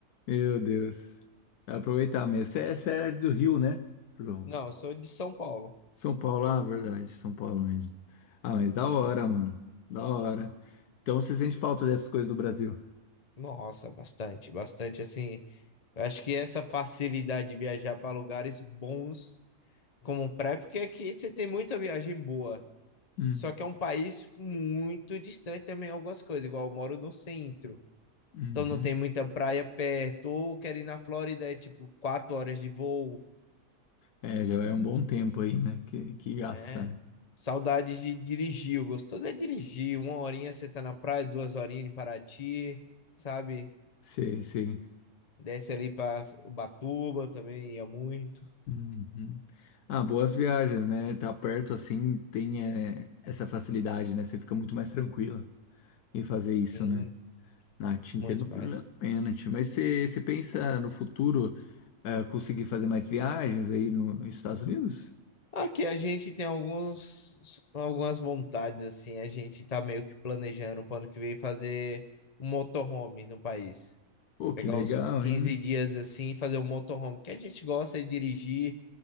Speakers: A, on the left; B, on the left.
A: Meu Deus. Aproveitar mesmo. Você é, você é do Rio, né, João?
B: Não, eu sou de São Paulo.
A: São Paulo, ah, verdade, São Paulo mesmo. Ah, mas da hora, mano. Da hora. Então você sente falta dessas coisas do Brasil?
B: Nossa, bastante, bastante, assim, eu acho que essa facilidade de viajar para lugares bons como praia, porque aqui você tem muita viagem boa,
A: Hum,
B: só que é um país muito distante também algumas coisas, igual eu moro no centro,
A: uhum.
B: então não tem muita praia perto, ou quero ir na Flórida, é tipo quatro horas de voo,
A: É, já é um bom tempo aí, né? Que, que gasta,
B: É.
A: né?
B: Saudades de dirigir. O gostoso é dirigir. Uma horinha você tá na praia, duas horinhas em Paraty, sabe?
A: Sei, sei.
B: Desce ali pra Ubatuba também, ia muito.
A: Uhum. Ah, boas viagens, né? Tá perto assim, tem é, essa facilidade, né? Você fica muito mais tranquila em fazer
B: Sim,
A: isso, né? Ah, te entendo
B: muito mais.
A: plenamente, mas você você pensa no futuro eh, conseguir fazer mais viagens aí no- nos Estados Unidos?
B: Aqui a gente tem alguns, algumas vontades, assim. A gente tá meio que planejando pro ano que vem fazer um motorhome no país.
A: Pô, que
B: Pegar
A: legal,
B: uns 15
A: hein?
B: dias assim e fazer um motorhome, que a gente gosta de dirigir.